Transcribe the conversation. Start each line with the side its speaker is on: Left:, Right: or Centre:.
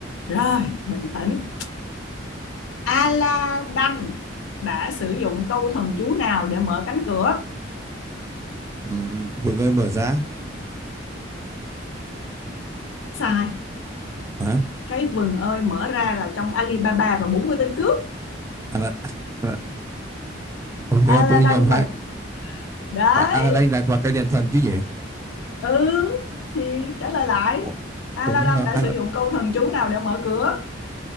Left: rồi bình tĩnh Aladdin đã sử dụng câu thần chú nào để mở cánh cửa
Right: Ừ, Vương ơi mở ra.
Left: sai
Right: Hả?
Left: cái vừng ơi mở ra là trong Alibaba và 40 tên cướp
Right: À, là, à, là, Ủa,
Left: Aladdin
Right: thế là tôi nhầm hại.
Left: và đấy
Right: anh Aladdin là vào cây đèn thần chứ nhỉ?
Left: ừ thì trả lời lại
Right: Ủa,
Left: Aladdin
Right: Ủa nhưng mà
Left: đã
Right: Ala-
Left: sử dụng câu thần chú nào để mở cửa